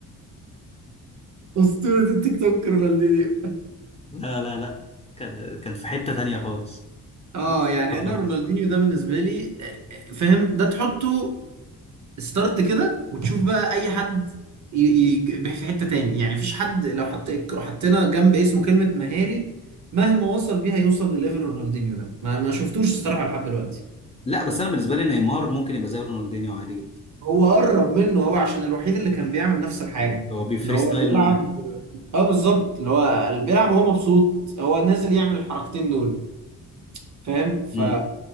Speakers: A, on the right (about 50°); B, on the left (about 20°).
A: <laughs> اسطوره التيك توك رونالدينيو
B: <laughs> لا لا لا كان كان في حته تانية خالص
A: <laughs> اه يعني
B: خطر.
A: انا رونالدينيو ده بالنسبه لي آه، آه، فاهم ده تحطه ستارت كده وتشوف بقى اي حد ي- ي- في حتة تاني يعني مفيش حد لو حط حطينا جنب اسمه كلمة مهاري مهما وصل بيها يوصل لليفل رونالدينيو ده ما ما شفتوش الصراحة لحد دلوقتي
B: لا بس انا بالنسبه لي نيمار ممكن يبقى زي رونالدينيو عادي جدا
A: هو قرب منه هو عشان الوحيد اللي كان بيعمل نفس الحاجة
B: هو بيفري
A: اللي هو
B: ستايل
A: بيلعب
B: موت.
A: اه بالظبط اللي هو بيلعب وهو مبسوط هو نازل يعمل الحركتين دول فاهم ف
B: مم.